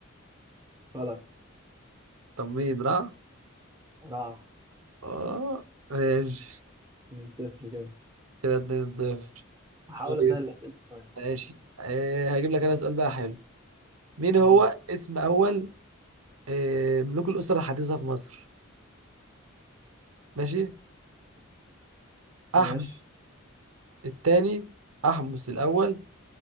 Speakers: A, on the right; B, on the right.
A: غلط
B: طب مين راح
A: رع
B: اه ماشي
A: 2 صفر كده
B: كده 2 0
A: هحاول
B: طيب
A: اسهل الاسئلة شوية
B: ماشي إيه هجيب لك انا سؤال بقى حلو مين هو
A: دي
B: اسم اول إيه ملوك الاسرة الحديثة في مصر ماشي احمس
A: ماشي
B: الثاني احمس الاول